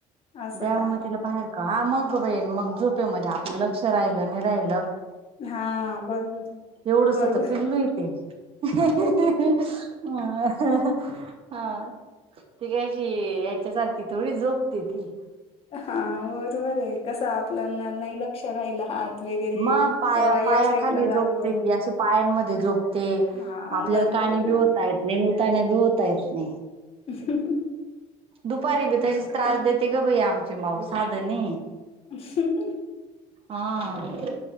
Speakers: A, on the left; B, on the right.
A: असं
B: द्याव
A: का
B: मग तिला बाहेर का हा मग ग बईण मग झोपेमध्येध्ये आपलं लक्ष राहिलं नाही राहिलं.
A: हा बरोबर आहे.
B: एवढंच
A: बरोबर
B: आता पिल्लू य तेे अ हा ती कशी याच्यासारखी थोडी झोपते ती
A: हा बरोबर आहे कस आपल्याना नाही लक्ष राहिल. हात वगैरे
B: म पाया
A: किंवा या
B: पाया
A: साईडला
B: खाली
A: झालो
B: जोपते ती अशी पायांमध्ये झोपते.
A: हा
B: आपल्याला
A: बरोबर
B: काणी
A: आहे मग
B: बी होत येत नाही नताण्या बी होत येत नाही.
A: ह.
B: दुपारी बी तसेच त्रास देते ग ब आमची माऊ साधनी
A: <unintelligible>
B: हा